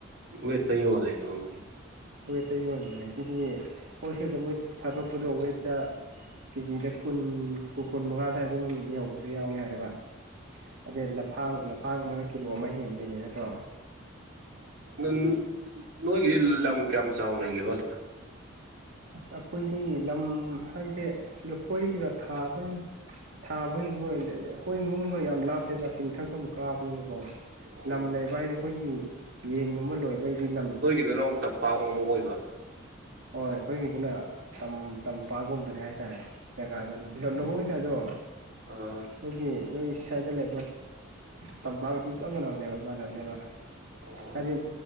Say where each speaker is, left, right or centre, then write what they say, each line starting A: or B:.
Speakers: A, on the right (about 65°); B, on the right (about 80°).
A: ꯋꯦꯠꯇ ꯌꯣꯜꯂꯦ ꯌꯣꯡꯕꯨꯗꯤ
B: ꯋꯦꯠꯇ ꯌꯣꯟꯕꯅꯦ ꯁꯤꯗꯤ ꯍꯣꯜꯁꯦꯜꯗ ꯃꯣꯏ ꯊꯥꯗꯣꯛꯄꯗꯣ ꯋꯦꯠꯇ ꯀꯦꯖꯤꯗ ꯀꯨꯟ ꯀꯨꯟ ꯃꯉꯥ ꯑꯗꯨꯋꯥꯏ ꯑꯗꯨꯝ ꯌꯧꯕꯁꯨ ꯌꯥꯎꯋꯦ ꯍꯥꯏꯕ ꯑꯗꯩ ꯂꯐꯥꯡ ꯂꯐꯥꯡ ꯑꯃꯗꯛ ꯀꯤꯂꯣ ꯑꯃ ꯍꯦꯟꯗꯣꯏꯅꯦ ꯅꯠꯇ꯭ꯔꯣ
A: ꯅ ꯅꯣꯏꯒꯤꯗꯤ ꯂꯝ ꯀꯌꯥꯝ ꯆꯥꯎꯅ ꯂꯩꯒꯦꯕꯂꯣ
B: ꯑꯁ ꯑꯩꯈꯣꯏꯗꯤ ꯂꯝ ꯍꯥꯏꯁꯦ ꯂꯨꯐꯣꯏ ꯀꯀ ꯊꯥꯕꯒꯤ ꯊꯥꯕꯒꯤ ꯑꯣꯏꯅ ꯍꯣꯏꯒꯨꯝꯒ ꯌꯥꯝ ꯂꯥꯞꯇꯦꯕ ꯆꯤꯡꯊꯛꯇ ꯑꯃꯨꯛ ꯀꯥꯕꯅꯤꯅꯀꯣ
A: ꯑꯣ
B: ꯂꯝ ꯂꯩꯕ ꯍꯥꯏꯗꯤ ꯑꯩꯈꯣꯏꯒꯤ ꯌꯦꯟꯒꯨꯝꯕ ꯂꯣꯏꯕ ꯍꯥꯏꯗꯤ ꯂꯝ
A: ꯇꯤꯅꯣꯡ ꯇꯝꯄꯥꯛ ꯑꯃ ꯑꯣꯏꯕ
B: ꯍꯣꯏ ꯑꯩꯈꯣꯏꯒꯤꯁꯤꯅ ꯇꯝꯄꯥꯛꯒꯨꯝꯕꯅꯦ ꯍꯥꯏꯇꯥꯔꯦ ꯆꯥꯗꯃꯉ ꯀꯗꯣ
A: ꯑ
B: ꯑꯩꯈꯣꯏꯒꯤ ꯅꯣꯏ ꯁ꯭ꯋꯥꯏꯗ ꯂꯩꯕ ꯇꯝꯄꯥꯛꯒ ꯑꯗꯨꯝ ꯆꯞ ꯃꯥꯟꯅꯕꯅꯦꯕ ꯃꯥꯟꯅꯕꯅꯦꯕ
A: ꯑꯣ
B: ꯍꯥꯏꯗꯤ